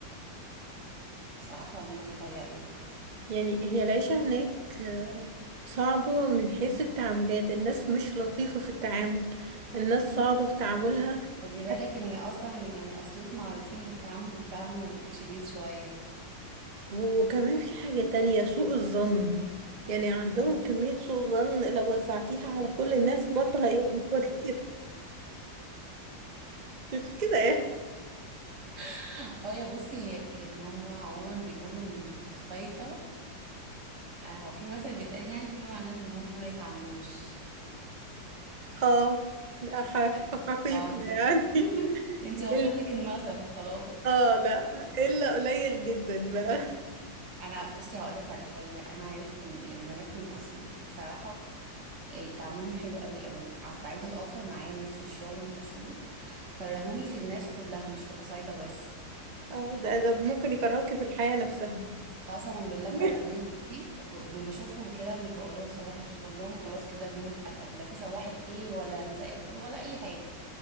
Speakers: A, on the right; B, on the right.
A: صح ولا انا بيتهيألي
B: يعني هي العيشة هناك آه، صعبة من حيث التعاملات الناس مش لطيفة في التعامل الناس صعبة في تعاملها
A: خدي
B: حت-
A: بالك ان اصلا يعني اسيوط معروفين بالتعامل بتاعهم الشديد شوية
B: وكمان في حاجة تانية سوء الظن يعني عندهم كمية سوء ظن لو وزعتيها على كل الناس برضه هيبقى كتير مش كده يعني
A: <laughs> اه يا بصي هي يعني هم عموما بيقولوا ان الأسيطة آه، هو في مثل بيتقال يعني في معناه ان هم ما يتعاملوش
B: اه لا، ح-
A: يعني
B: حقيقة
A: اه انتي
B: يعني
A: انتي واصل
B: ال-
A: لك المثل خلاص
B: اه لا الا قليل جدا بقى
A: انا بصي هقولك على حاجه انا عرفت ان يعني بنات من اسيوط بصراحه إيه، تعاملهم حلو قوي قوي على الصعيد الاخر معايا ناس في الشغل من اسيوط كرهوني في الناس كلها مش في القصايطه بس
B: اه ده ده ممكن يكرهكي في الحياة نفسها
A: قسما بالله كرهوني
B: <laughs>
A: بصي ما بشوفهم كده مش بقول لهم صباح الخير بقول لهم خلاص كده اليوم اتقفل لا في صباح الخير ولا مساء الخير ولا اي حاجه